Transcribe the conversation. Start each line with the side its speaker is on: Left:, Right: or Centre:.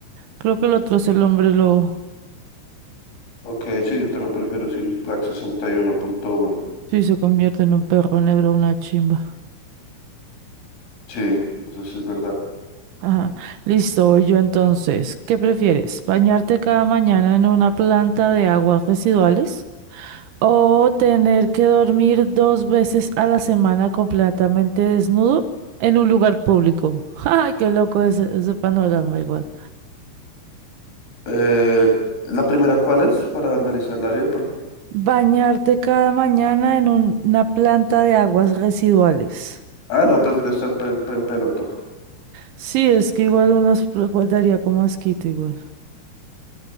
Right: Creo que el otro es el hombre lobo.
Left: Ok, sí, yo también prefiero Sirius Black sesenta y uno punto uno
Right: Sí, se convierte en un perro negro, una chimba.
Left: Sí, eso sí es verdad.
Right: Ajá. Listo, voy yo entonces. ¿Qué prefieres? ¿Bañarte cada mañana en una planta de aguas residuales? O tener que dormir dos veces a la semana completamente desnudo en un lugar público. <laughs> ¡Ay, qué loco ese, ese panorama igual!
Left: Eh, ¿la primera cuál es? Para analizarla bien, por favor.
Right: Bañarte cada mañana en un- una planta de aguas residuales.
Left: Ah, no, prefiero estar pe- pe- en peloto.
Right: Sí, es que igual unos daría como asquito igual.